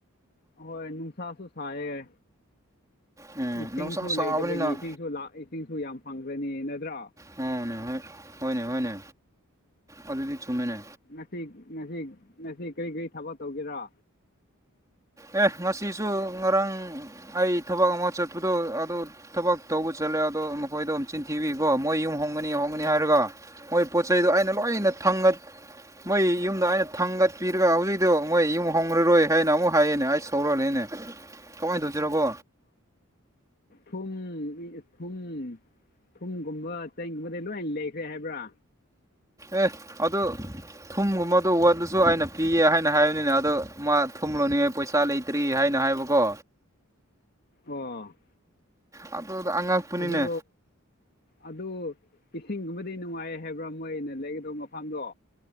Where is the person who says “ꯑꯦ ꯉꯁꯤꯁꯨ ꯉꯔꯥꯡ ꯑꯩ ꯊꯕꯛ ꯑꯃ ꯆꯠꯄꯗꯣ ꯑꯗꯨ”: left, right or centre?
Right